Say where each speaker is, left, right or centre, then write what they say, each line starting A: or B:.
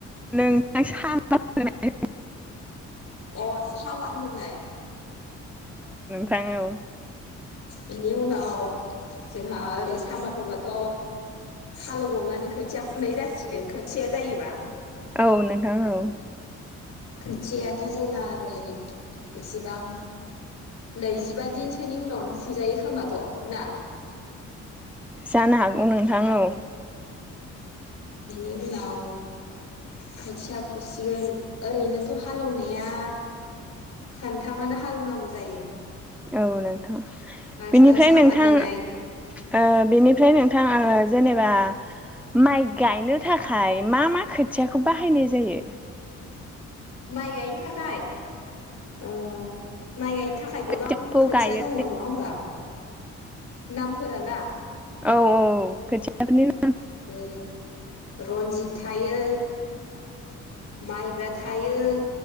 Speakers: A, in the centre; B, on the left (about 65°).
A: नोंथां <inaudible>
B: अ सामार होनाय।
A: थां औ
B: बिनि उनाव जोंहा ओरै सामार होबाथ' हालौवबावनानै खोथिया फुनाय जासिगोन खोथिया जायोबा
A: औ नोंथां औ।
B: खोथियाथ' जोंना ओरै बेसेबां नैजिबा दिनसोनि उनावनो फुजायो खोमाथ' ना
A: जानो हागौ नोंथां‌ औ।
B: बिनि उनाव खोथिया फुसिगोन ओरैनोथ' हालोवनाया खोन्थामानो हालोवनांगौ जायो।
A: औ नोंथां
B: फार्स्टआव
A: बेनिफ्राय
B: सामार
A: नोंथां
B: होनाय
A: ओ बेनिफ्राय नों थां आ जेनेबा माइ गायनो थाखाय मा मा खोथियाखौ बाहायनाय जायो?
B: माइ गायनो थाखाय? औ माइ गायनो था खाय गोबां
A: खोथियाखौ
B: खोथिया
A: गायो
B: दङ। नङा होमबा? नामफोरा ना
A: औ औ <unintelligible>
B: ओ रनजित थायो माइब्रा था थायो